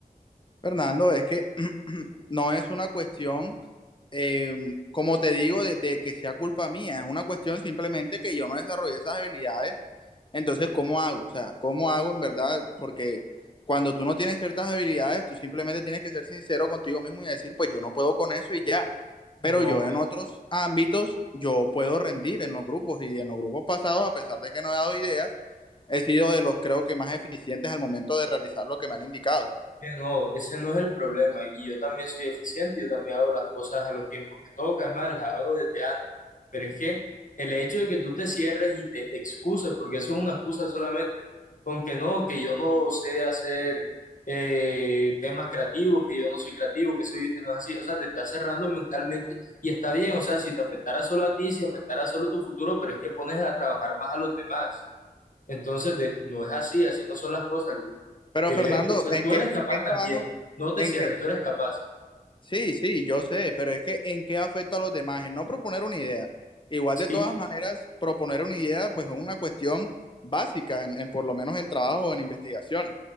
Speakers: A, on the left; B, on the left.
A: Fernando, es que <clears throat> no es una cuestión, eh, como te digo, de, de que sea culpa mía, es una cuestión simplemente que yo no desarrollé esas habilidades. Entonces, ¿cómo hago? O sea, ¿cómo hago en verdad? Porque cuando tú no tienes ciertas habilidades, tú simplemente tienes que ser sincero contigo mismo y decir, pues yo no puedo con eso y ya.
B: No.
A: Pero yo en otros ámbitos, yo puedo rendir en los grupos y en los grupos pasados, a pesar de que no he dado ideas, he sido de los creo que más eficientes al momento de realizar lo que me han indicado.
B: Que No, ese no es el problema. Y yo también soy eficiente, yo también hago las cosas a los tiempos que toca, es más, las hago desde antes. Pero es que el hecho de que tú te cierres y te excuses, porque eso es una excusa solamente, con que no, que yo no sé hacer eh, temas creativos, que yo no soy creativo, que soy, no es así, o sea, te estás cerrando mentalmente y está bien, o sea, si te afectara solo a ti, si afectara solo tu futuro, pero es que pones a trabajar más a los demás. Entonces, de- no es así, así no son las cosas, Luis.
A: Pero
B: Que
A: Fernando,
B: de hecho,
A: ¿en
B: tú
A: qué,
B: eres
A: en
B: capaz
A: qué trabajo?
B: también. No te
A: En
B: cierres,
A: qué...
B: tú eres capaz.
A: Sí, sí, yo sé, pero es que ¿en qué afecta a los demás? En no proponer una idea. Igual
B: Sí,
A: de todas maneras, proponer una idea pues es una cuestión básica, en, en por lo menos en trabajo o en investigaciones.